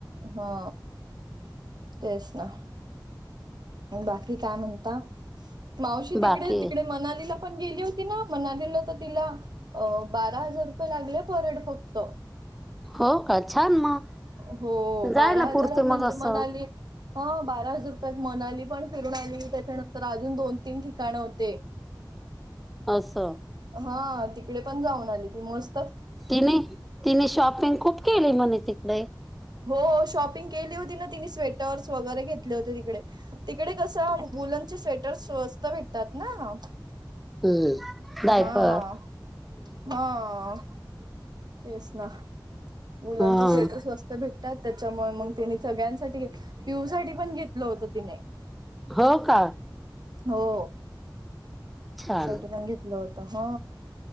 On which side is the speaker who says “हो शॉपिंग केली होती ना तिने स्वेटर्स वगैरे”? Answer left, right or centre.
Right